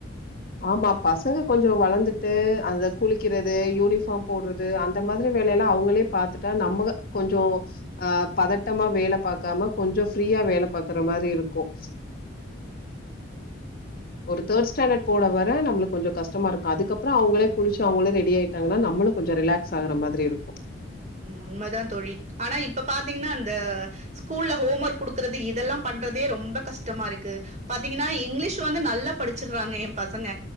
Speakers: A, on the left (about 50°); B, on the right (about 35°).
A: ஆமா பசங்க கொஞ்சோ வளந்துட்டு அந்த குளிக்கிறது யூனிஃபார்ம் போட்ற து அந்த மாரி வேலைய எல்லா அவங்களே பாத்துட்டா நம்ம கொஞ்சோ ஆ பதட்டமா வேல பாக்காம கொஞ்சோ ஃப்ரீயா வேல பார்க்குற மாரி இருக்கு <inaudible> ஒரு தேர்ட் ஸ்டாண்டர்ட் போட வர நம்மளுக்கு கொஞ்சோ கஷ்ட இருக்கு அதுக்கப்றோ அவங்களே குளிச்சு அவங்களே ரெடி ஆயிட்டாங்கன்னா நம்மளு கொஞ்ச ரிலாக் சாகற மாரி இருக்கு
B: உண்மதா தோழி ஆனா இப்ப பாத்தீங்னா அந்த ஸ்கூல்ல ஹோம் ஒர்க் குடுக்குறது இதெல்லா பண்றதே ரொம்ப கஷ்டமா இருக்கு பாத்தீங்கன்னா இங்கிலீஷ் வந்து நல்லா படிச்சறாங்க ஏ பசங்க